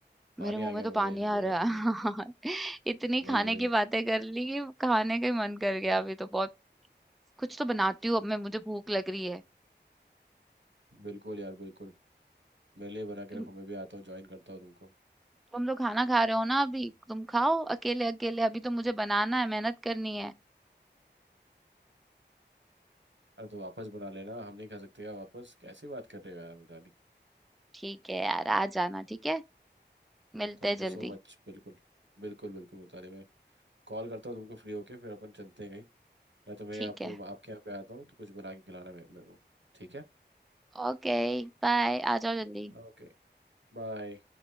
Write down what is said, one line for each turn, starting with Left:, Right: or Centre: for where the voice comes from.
Right: पानी
Centre: मेरे मुंह
Right: आ गया
Centre: में तो
Right: मुंह
Centre: पानी
Right: में ये सब बोला
Centre: आ रहा
Right: तुमने
Centre: है <laughs> इतनी
Right: वही
Centre: खाने
Right: वही
Centre: की बातें कर ली कि खाने का ही मन कर गया अभी तो बहुत कुछ तो बनाती हूँ अब मैं मुझे भूख लग रही है
Right: बिल्कुल यार बिल्कुल मेरे लिए बना के
Centre: तुम
Right: रखो मैं भी आता हूँ ज्वाइन करता हूँ तुमको
Centre: तुम तो खाना खा रहे हो ना अभी तुम खाओ अकेले अकेले अभी तो मुझे बनाना है मेहनत करनी है
Right: अरे तो वापस बना लेना हम नहीं खा सकते यार वापस कैसी बात कर रहे हो यार Mitali
Centre: ठीक है यार आ जाना ठीक है मिलते
Right: Thank
Centre: हैं
Right: you so
Centre: जल्दी
Right: much बिल्कुल बिल्कुल बिल्कुल मिताली मैं कॉल करता हूँ तुमको फ्री होके फिर अपन चलते हैं कहीं या तो मैं
Centre: ठीक
Right: आपको
Centre: है
Right: आपके यहाँ पे आता हूँ तो कुछ बना के खिलाना मेरे मेरे को ठीक है
Centre: ओके बाय आ जाओ जल्दी
Right: ओके बाय